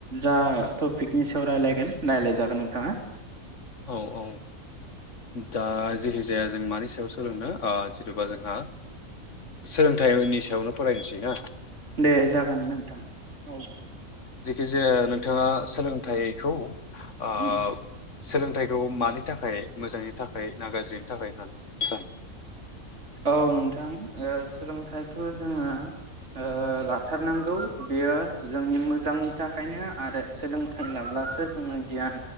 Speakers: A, on the right; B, on the left.
A: जा टपिकनि सायाव रायलायगोन रायलायजागोन नोंथाङा।
B: औ औ दा जिहे हिजाया जों मानि सायाव सोलोंनो ओ जिथुबा जोंहा सोलोंथाइ बायदि सायावनो फरायनोसै ना?
A: दे जागोन नोंथां औ।
B: जेखिजाया नोंथाङा सोलोंथाइखौ ओ
A: उम
B: सोलोंथाइखौ मानि थाखाय मोजांनि थाखाय ना गाज्रिनि थाखाय होननानै सानो?
A: औ नोंथां ओ सोलोंथाइखौ जोङो ओ लाथारनांगौ बेयो जोंनि मोजांनि थाखायनो आरो सोलोंथाइ लाब्लासो जोङो गियान